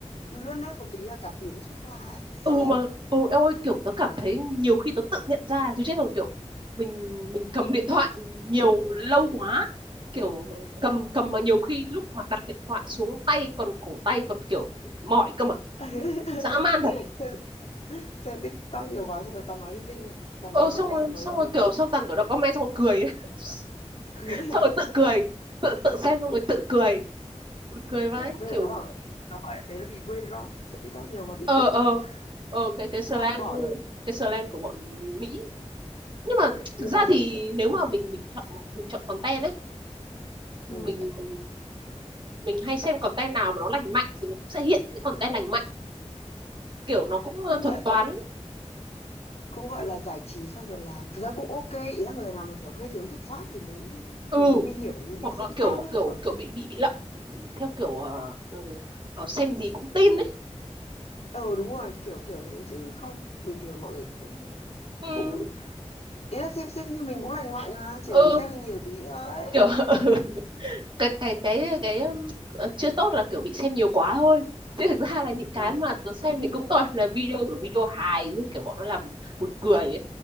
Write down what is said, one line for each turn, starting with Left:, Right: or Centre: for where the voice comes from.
Left: lướt lướt một tí là cả tiếng trôi qua ấy Sợ
Right: ừ
Left: thật
Right: mà ừ em ơi kiểu tớ cảm thấy nhiều khi tớ tự nhận ra chứ chết rồi kiểu mình mình cầm điện thoại nhiều lâu quá kiểu cầm cầm mà nhiều khi lúc mà đặt điện thoại xuống tay còn cổ tay còn kiểu mỏi cơ mà
Left: <laughs>
Right: dã man thật
Left: Xem, xem TikTok nhiều quá xong rồi toàn nói linh tinh ấy Toàn
Right: ờ
Left: đọc comment
Right: xong rồi
Left: xong nói
Right: xong
Left: linh
Right: rồi
Left: tinh
Right: kiểu xong toàn kiểu đọc comment xong rồi cười ấy.
Left: <laughs>
Right: <laughs> xong rồi tự cười tự tự xem xong rồi tự cười buồn cười vãi
Left: Bây
Right: kiểu
Left: giờ nó bảo, nó gọi đấy là bị brain rot Xem TikTok nhiều quá bị
Right: ờ
Left: brain
Right: ờ
Left: rot
Right: ờ cái cái slang
Left: Nhưng không bỏ được,
Right: cái slang của bọn Mỹ nhưng mà
Left: nhưng
Right: thực ra
Left: mà kh-
Right: thì nếu mà mình mình chọn mình chọn content ấy
Left: ừ.
Right: mình mình hay xem content nào mà nó lành mạnh thì nó cũng sẽ hiện cái content lành mạnh kiểu nó cũng ờ,
Left: Cũng
Right: thuật
Left: gọi
Right: toán
Left: cũng gọi là giải trí sau giờ làm thực ra cũng ok ý là người nào mà kiểu hơi thiếu kiểm soát thì mới
Right: ừ
Left: thì mới nguy hiểm như như
Right: hoặc
Left: xe
Right: là
Left: bị
Right: kiểu
Left: to ấy
Right: kiểu
Left: còn
Right: kiểu bị bị bị lậm theo kiểu ờ, ừ, ờ, xem gì cũng tin ấy
Left: ờ đúng rồi kiểu kiểu thế chứ không bình thường mọi người cũng
Right: ừ,
Left: cũng ý là xem xét như mình cũng lành mạnh mà chỉ
Right: ừ
Left: là mình xem hơi nhiều tí thôi
Right: kiểu <laughs> cái cái cái cái um, ờ, chưa tốt là kiểu bị xem nhiều quá thôi chứ thực ra là những cái
Left: ừ.
Right: mà tớ xem thì cũng toàn là video của video hài ấy, kiểu bọn nó làm buồn cười ấy.